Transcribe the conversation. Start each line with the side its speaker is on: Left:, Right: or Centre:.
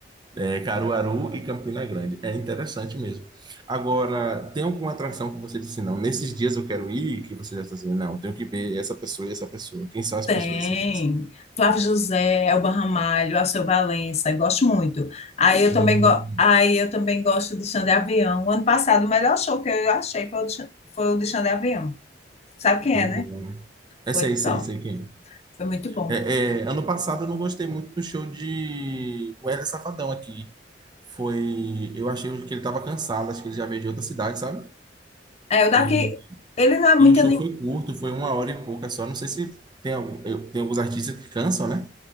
Right: É, Caruaru e Campina Grande. É interessante mesmo. Agora, tem alguma atração que você disse, não, nesses dias eu quero ir, que você já está assim, não, tenho que ver essa pessoa e essa pessoa. Quem são as
Left: Tem.
Right: pessoas assim que você.
Left: Flávio José, Elba Ramalho, Alceu Valença, eu gosto muito. Aí eu
Right: Hum,
Left: também, go- aí eu também gosto de Xande Avião. O ano passado, o melhor show que eu achei foi o de Xan- foi o de Xande Avião. Sabe quem
Right: foi
Left: é,
Right: bom,
Left: né?
Right: né? É,
Left: Foi
Right: sei, sei,
Left: top.
Right: sei quem
Left: Foi muito bom.
Right: é. É, é, Ano passado eu não gostei muito do show de o Wesley Safadão aqui. Foi. Eu achei que ele estava cansado, acho que ele já veio de outra cidade, sabe?
Left: É, o daqui,
Right: E
Left: ele não é muito
Right: E o show foi curto, foi uma hora e pouca só. Não sei se tem, algum- eu- tem alguns artistas que cansam, né?